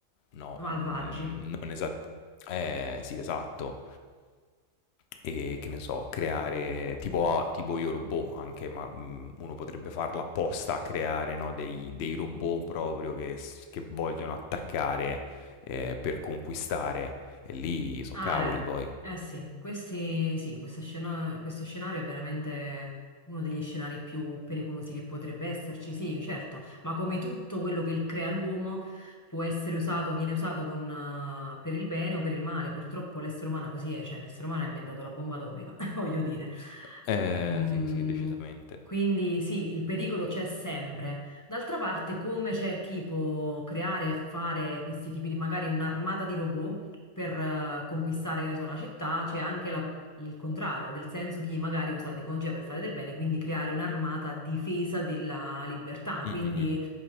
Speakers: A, on the left; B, on the left.
A: No,
B: malvagi.
A: mhmm, non esa eh, sì, esatto. Ehm, che ne so, creare tipo a tipo io robot anche, ma, mhmm, uno potrebbe farlo apposta, creare, no, dei dei robot proprio che s che vogliono attaccare, ehm, per conquistare. E lì so'
B: Ah,
A: cavoli poi.
B: eh, eh sì, questi, sì, questa scena- questo scenario è veramente uno degli scenari più pericolosi che potrebbe esserci, sì, certo, ma come tutto quello che crea l'uomo può essere usato, viene usato con, eh, per il bene o per il male, purtroppo l'essere umano così è, cioè l'essere umano ha inventato la bomba atomica, <laughs> voglio dire.
A: Eh,
B: Mm,
A: sì, sì, decisamente.
B: quindi sì, il pericolo c'è sempre. D'altra parte, come c'è chi può creare e fare questi tipi di, magari un'armata di robot, per eh, conquistare, che ne so, una città, c'è anche la- il contrario, nel senso chi magari usa la tecnologia per fare del bene, quindi creare un'armata a difesa della libertà.
A: Mh,
B: Quindi,
A: mh, mh.